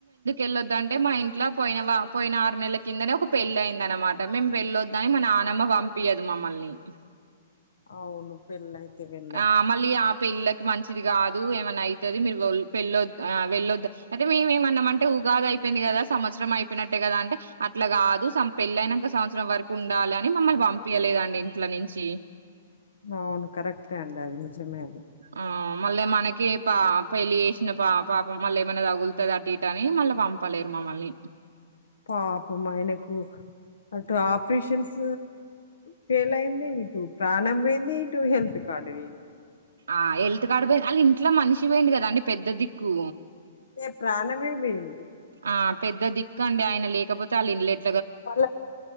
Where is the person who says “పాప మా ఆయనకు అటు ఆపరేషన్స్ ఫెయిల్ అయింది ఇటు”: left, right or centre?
Left